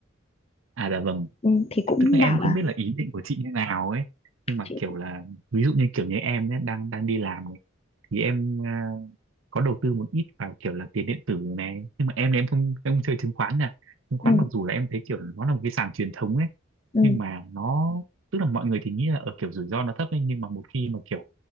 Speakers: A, on the right; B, on the left.
A: à dạ vâng
B: ừ, thì cũng
A: tức là em
B: bảo
A: không
B: là
A: biết là ý định của chị như nào ấy nhưng mà
B: chị
A: kiểu là ví dụ như kiểu như em ấy, đang đang đi làm này thì em ờ, có đầu tư một ít vào kiểu là tiền điện tử này nhưng mà em thì em không em không chơi chứng khoán nè chứng khoán
B: ừ,
A: mặc dù là em thấy kiểu nó là một cái sàn truyền thống ấy
B: ừ,
A: nhưng mà nó tức là mọi người thì nghĩ là ở kiểu rủi ro nó thấp ấy nhưng mà một khi mà kiểu